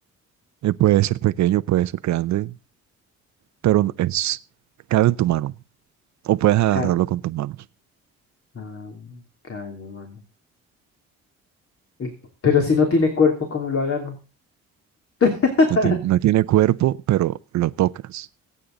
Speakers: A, on the right; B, on the left.
A: Eh, puede ser pequeño, puede ser grande, pero no- es, cabe en tu mano. O puedes agarrarlo
B: Ca-
A: con tus manos.
B: ah, cabe en mi mano. Eh, Pero si no tiene cuerpo, ¿cómo lo agarro? <laughs>
A: No tiene, no tiene cuerpo, pero lo tocas.